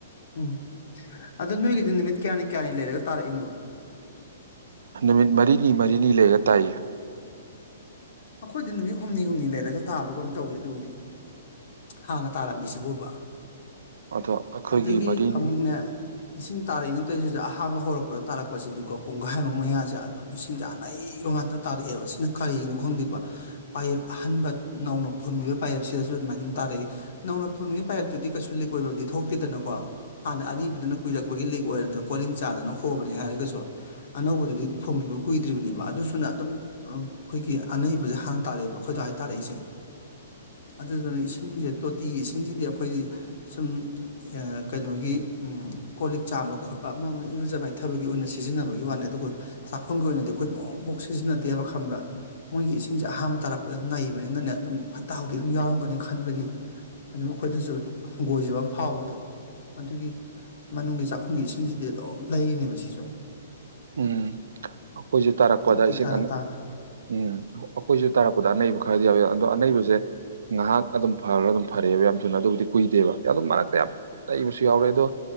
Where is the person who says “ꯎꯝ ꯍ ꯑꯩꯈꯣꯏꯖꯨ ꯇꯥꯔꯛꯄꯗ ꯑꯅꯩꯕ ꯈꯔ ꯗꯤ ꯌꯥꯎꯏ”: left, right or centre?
Right